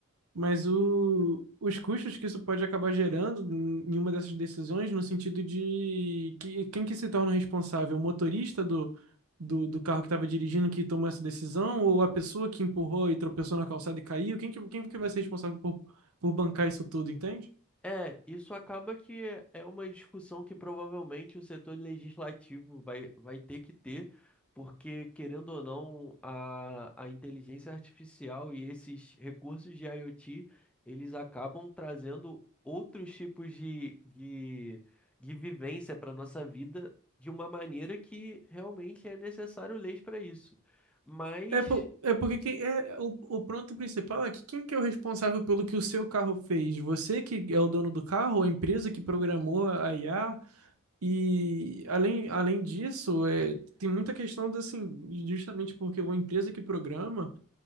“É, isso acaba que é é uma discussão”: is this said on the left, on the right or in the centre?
Centre